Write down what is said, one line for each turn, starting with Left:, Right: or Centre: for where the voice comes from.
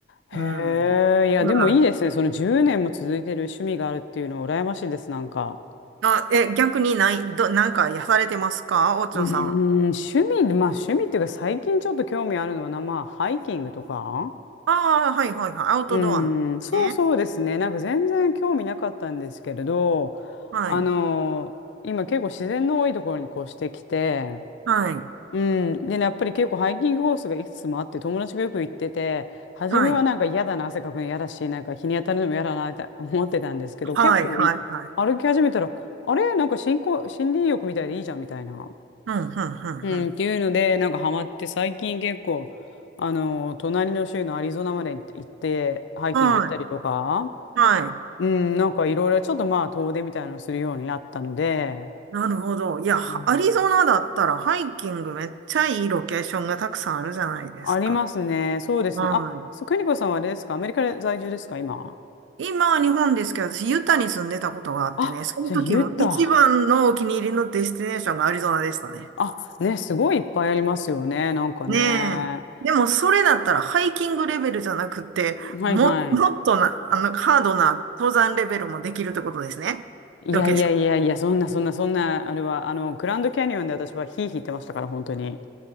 Left: へえ、
Right: うん。
Left: いやでもいいですね。
Right: うん。
Left: その10年も続いてる趣味があるっていうのは羨ましいです、なんか。
Right: あ、え、逆にない、ど、なんかやされてますかおちょさん。
Left: うーん、趣味、まあ趣味っていうか最近ちょっと興味あるのはな、まあハイキングとか。
Right: ああ、はいはいはい。アウトドアなんですね。
Left: うーん、そうそうですね。なんか全然興味なかったんですけれど、
Right: はい。
Left: あの今結構自然の多いところに越してきて、
Right: はい。
Left: うん。でね、やっぱり結構ハイキングコースがいくつもあって、友達がよく行ってて、初めはなんか嫌だな、
Right: はい。
Left: 汗かくの嫌だし、なんか日に当たるのも嫌だなって思ってたんですけど、
Right: はいはいはい。
Left: 結構い歩き始めたら、あれなんか新興、森林浴みたいでいいじゃんみたいな。
Right: うん、うん、うん、
Left: うん、
Right: うん。
Left: っていうので、なんかハマって、最近結構、あの、隣の州のアリゾナまで行って、ハイキング行ったりとか、
Right: はい。はい。
Left: うん、なんかいろいろちょっとまあ遠出みたいなのをするようになったので、
Right: なるほど。いや、はアリゾナだったらハイキングめっちゃいいロケーションがたくさんあるじゃないですか。
Left: うんありますね。そうですね。
Right: はい。
Left: あ、そう、邦子さんはあれですかアメリカで在住ですか今。
Right: 今、日本ですけど、私、ユタに住んでたことがあってね、
Left: あ、
Right: その時も一番のお気に入りのデスティネーションがアリゾナでしたね。
Left: じゃあユタ。あ、ね、すごいいっぱいありますよね。なんかね。
Right: ねえ。でも、それだったらハイキングレベルじゃなくて、
Left: はいはい。
Right: も、もっとな、あの、ハードな登山レベルもできるってことですね。
Left: いやいやいやいや、
Right: ロケーション。
Left: そんなそんなそんな、あれは、あの、グランドキャニオンで私はヒーヒー言ってましたから、本当に。